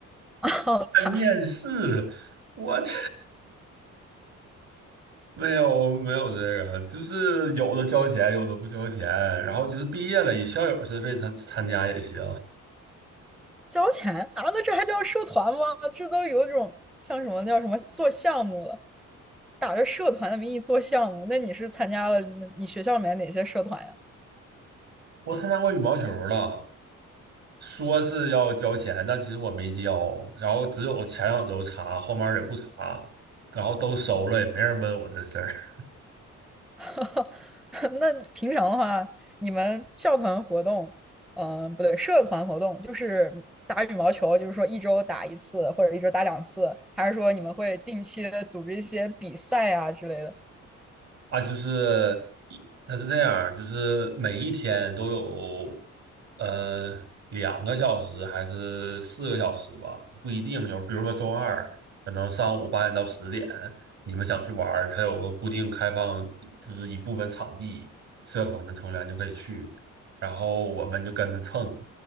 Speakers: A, in the centre; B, on the right.
A: <laughs>
B: <laughs>
A: 哦，
B: 还面试，
A: 擦，
B: 我的没有没有这个，就是有的交钱，有的不交钱，然后就是毕业了，以校友身份参参加也行。
A: 交钱啊？那这还叫社团吗？这都有种像什么那叫什么做项目了，打着社团的名义做项目。那你是参加了那你学校里面哪些社团呀？
B: <laughs> 我参加过羽毛球了，说是要交钱，但其实我没交，然后只有前两周查，后面儿也不查，然后都收了，也没人问我这事儿。
A: <laughs> 那平常的话，你们校团活动，嗯、不对，社团活动就是打羽毛球，就是说一周打一次或者一周打两次，还是说你们会定期的组织一些比赛啊之类的？
B: 啊，就是那是这样儿就是每一天都有呃两个小时还是四个小时吧，不一定。有比如说周二，可能上午八点到十点，你们想去玩儿，它有个固定开放，就是一部分场地，社团的成员就可以去，然后我们就跟着蹭，